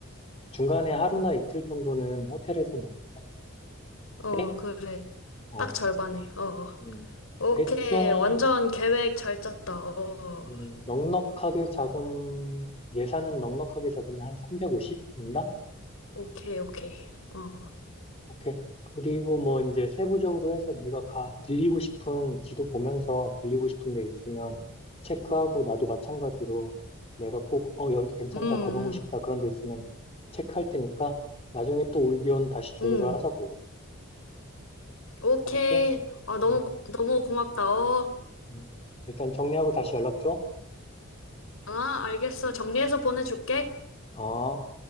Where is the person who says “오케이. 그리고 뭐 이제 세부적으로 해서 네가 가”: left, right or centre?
Left